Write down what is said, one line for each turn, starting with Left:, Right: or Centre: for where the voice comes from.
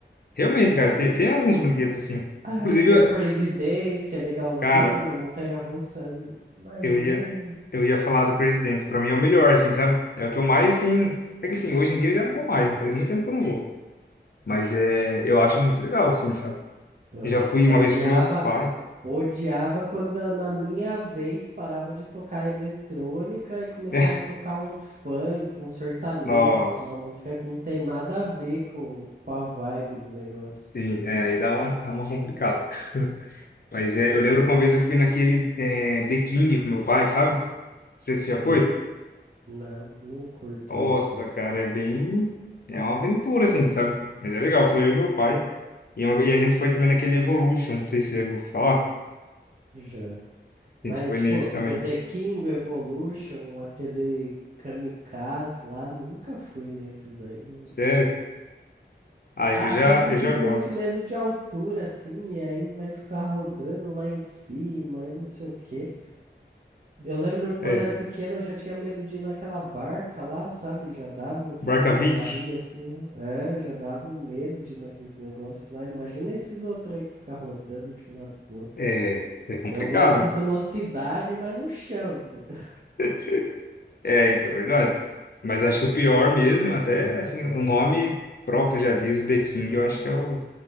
Left: Realmente, cara, tem, tem alguns brinquedos, assim.
Right: Ah,
Left: Inclusive,
Right: o Crazy Dance é legalzinho,
Left: cara,
Right: a montanha-russa mais
Left: Eu
Right: ou
Left: ia,
Right: menos.
Left: eu ia falar do Crazy Dance. Pra mim é o melhor, assim, sabe? É o que eu mais, assim. É que assim, hoje em dia eu já não vou mais, né? Faz muito tempo que eu não vou. Mas é, eu acho muito legal, assim, sabe?
Right: Aham.
Left: Eu já fui
Right: Mas
Left: uma
Right: eu
Left: vez
Right: odiava
Left: com meu pai.
Right: Odiava quando na minha vez parava de tocar eletrônica e começava
Left: <laughs>
Right: a tocar um funk, um sertanejo,
Left: Nossa,
Right: tipo uma música que não tem nada a ver com, com a vibe do negócio.
Left: sim, é, aí dá uma, dá uma complicada. <laughs> Mas é, eu lembro que uma vez eu fui naquele é, The King com meu pai, sabe? Não sei se você já
Right: Sei.
Left: foi.
Right: Não, não curto
Left: Nossa,
Right: esses
Left: cara, é bem. É uma aventura, assim, sabe? Mas é legal, foi eu e meu pai. E, uma- e a gente foi também naquele Evolution, não sei se você já ouviu falar.
Right: já. Mas,
Left: A gente foi
Right: tipo,
Left: nesse também.
Right: o The King, o Evolution, aquele Kamikaze lá, nunca fui nesses aí. não-
Left: Sério? Ah,
Right: Ah,
Left: eu já,
Right: sempre
Left: eu
Right: tive
Left: já gosto.
Right: muito medo de altura, assim, e aí vai ficar rodando lá em cima e não sei o quê. Eu lembro que quando
Left: É,
Right: era pequeno eu já tinha medo de ir naquela barca lá, sabe? Já dava um frio
Left: Barkavik
Right: na barriga assim, um- é, já dava um medo de ir naqueles negócios lá. Imagina esses outros aí que fica rodando de um lado pro outro.
Left: é, é complicado.
Right: Eu gosto de velocidade, mas no chão, entendeu? <laughs>
Left: <laughs> É, então, verdade. Mas acho que o pior mesmo, até assim, o nome próprio já diz, o The King, eu acho que é o,